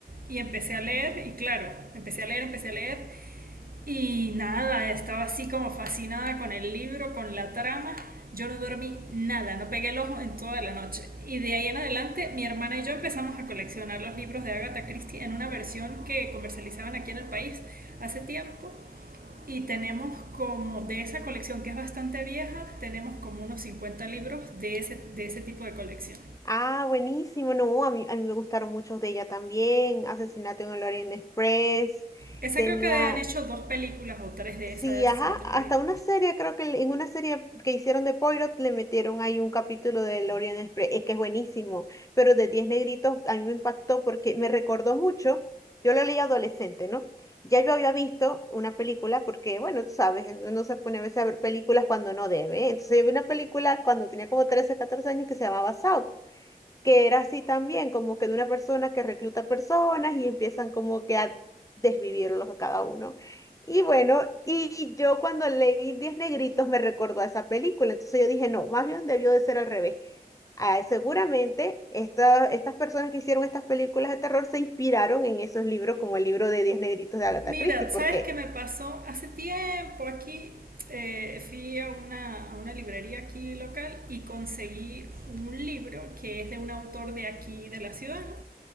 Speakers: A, on the right; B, on the left.
A: y empecé a leer, y claro, empecé a leer, empecé a leer, Y nada, estaba así como fascinada con el libro, con la trama. Yo no dormí nada, no pegué el ojo en toda la noche. Y de ahí en adelante, mi hermana y yo empezamos a coleccionar los libros de Agatha Christie en una versión que comercializaban aquí en el país hace tiempo. Y tenemos como de esa colección que es bastante vieja, tenemos como unos 50 libros de ese, de ese tipo de colección.
B: Ah, buenísimo, no, a mí, a mí me gustaron muchos de ella también, Asesinato en el Orient Express,
A: Esa
B: tenía
A: creo que han hecho dos películas o tres de
B: Sí,
A: esa de Asesinato
B: ajá,
A: en
B: hasta
A: la Orilla.
B: una serie, creo que en una serie que hicieron de Poirot le metieron ahí un capítulo del Orient Express, es que es buenísimo, pero de Diez Negritos a mí me impactó porque me recordó mucho, yo lo leí adolescente, ¿no? Ya yo había visto una película porque, bueno, tú sabes, no se pone a veces a ver películas cuando no debe, ¿eh? Entonces yo vi una película cuando tenía como 13, 14 años que se llamaba Saw, que era así también, como que de una persona que recluta personas y empiezan como que a desvivirlos a cada uno. Y bueno, y yo cuando leí Diez Negritos me recordó a esa película, entonces yo dije, no, más bien debió de ser al revés. Ah, seguramente esta- estas personas que hicieron estas películas de terror se inspiraron en esos libros como el libro de Diez Negritos de Agatha
A: Mira,
B: Christie, porque
A: ¿sabes qué me pasó? Hace tiempo aquí eh, fui a una, a una librería aquí local y conseguí un libro que es de un autor de aquí, de la ciudad, ¿no?